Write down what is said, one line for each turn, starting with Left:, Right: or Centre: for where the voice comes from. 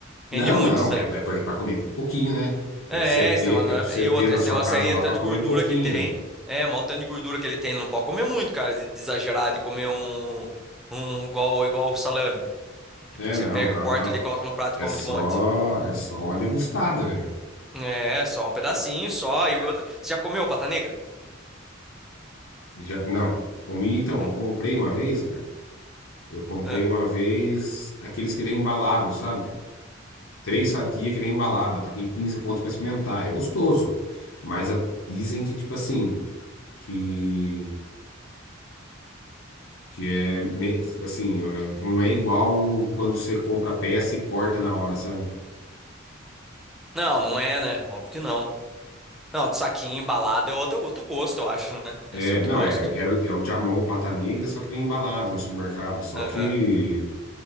Centre: rende
Left: Não,
Centre: muito
Left: não,
Centre: isso daí.
Left: é, é para comer pouquinho, né?
Centre: É,
Left: É para você ter,
Centre: esse negócio
Left: é
Centre: não
Left: para você
Centre: é- E outra,
Left: ter na
Centre: esse
Left: sua
Centre: negócio
Left: casa
Centre: aí,
Left: lá
Centre: tá
Left: para
Centre: de
Left: comer
Centre: gordura
Left: pouquinho,
Centre: que tem.
Left: velho.
Centre: É, mal tanto de gordura que ele tem, ele não pode comer muito, cara, de de exagerar, de comer um, um igual, igual salame. Tipo,
Left: É,
Centre: que
Left: não,
Centre: você pega,
Left: não,
Centre: corta
Left: não.
Centre: ali, coloca no prato
Left: É
Centre: e come
Left: só,
Centre: de monte.
Left: é só uma degustada, velho.
Centre: É, só um pedacinho só e outra. Você já comeu pata negra?
Left: Já, não, comi então,
Centre: Hum,
Left: eu comprei uma vez, cara. Eu comprei
Centre: é.
Left: uma vez aqueles que vem embalado, sabe? Três fatias que vem embalada, paguei 15 conto para experimentar. É gostoso, mas a- dizem que tipo assim, que Que é, me- tipo assim, é, não é igual quando você compra a peça e corta na hora, sabe?
Centre: Não, não é, né? Óbvio que não. Não, de saquinho embalado é outro, outro gosto, eu acho, né? Deve
Left: É,
Centre: ser outro
Left: não,
Centre: gosto.
Left: é, era o- é o jamon pata negra, só que vem embalado no supermercado. Só
Centre: Aham.
Left: que,